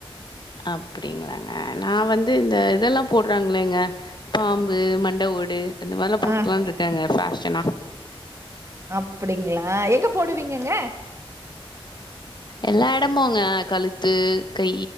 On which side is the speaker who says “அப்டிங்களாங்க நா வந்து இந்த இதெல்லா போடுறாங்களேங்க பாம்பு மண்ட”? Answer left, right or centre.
Left